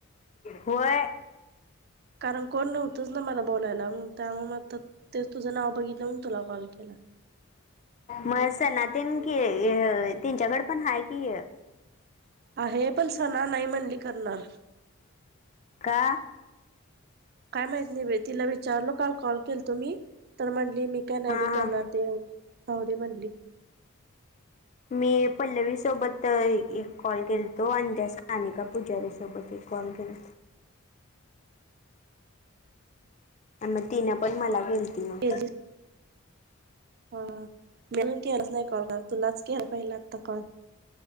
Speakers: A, on the left (about 35°); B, on the right (about 45°).
A: होय
B: कारण कोण नव्हतंच ना मला बोलायला मग त्यामुळे म तेच तुझं नाव बघितलं म तुला कॉल केला
A: म सनातीन कि त्यांच्याकडे पण हाय कि
B: आहे पण सणा नाही म्हणली करणार
A: का
B: काय माहत नाही ब तिला विचारलो काल कॉल केल तुम्ही तर म्हण ली मीकनाय
A: हा
B: ब करणार
A: हा
B: ते आ आव दे म्हनली
A: मी पल्लवी सोबत एक कॉल केेलतो आणि त्यासाठी नानिका पुजारी सोबत एक कॉल केेलो मग तिनं पण मला गेलती ना
B: केलतीस हा मळून केलाच नाही कॉल कर तुलाच के पहिला आता कॉल